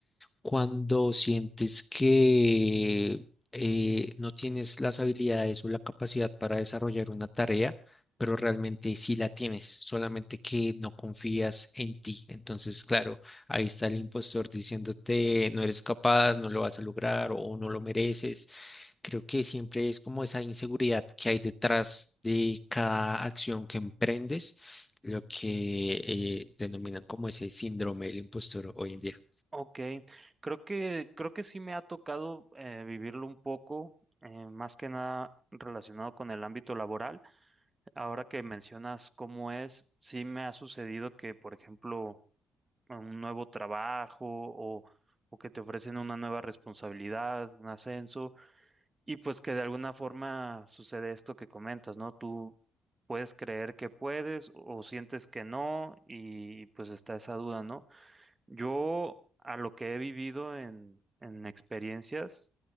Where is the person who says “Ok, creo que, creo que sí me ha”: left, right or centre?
Right